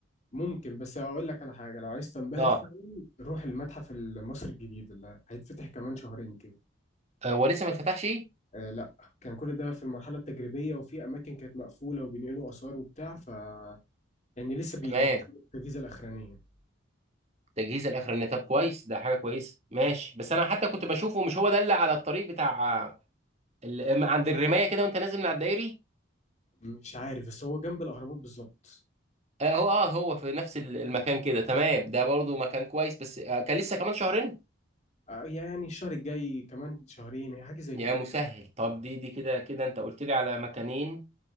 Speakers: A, on the left (about 35°); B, on the right (about 35°).
A: ممكن بس اقول لك على حاجه لو عايز تنبهر
B: اه
A: فعلا روح المتحف المصري الجديد اللي هيتفتح كمان شهرين كده
B: هو لسه ما اتفتحش
A: آه لا كان كل ده في المرحله التجريبيه وفي اماكن كانت مقفوله وبينقلوا اثار وبتاع ف يعني لسه بيجهزوا
B: تمام
A: التجهيزه الاخرانيه
B: تجهيز الاخراني طب كويس ده حاجه كويسه ماشي بس انا حتى كنت بشوفه مش هو ده اللي على الطريق بتاع ال- عند الرمايه كده وانت نازل من على الدائري
A: مش عارف بس هو جنب الأهرامات بالظبط
B: آه، هو اه هو في نفس ال- المكان كده تمام ده برضو مكان كويس بس آه، كان لسه كمان شهرين
A: آه، يعني الشهر الجاي كمان شهرين هي حاجة زي
B: يا
A: كده
B: مسهل طب دي دي كده كده انت قلت لي على مكانين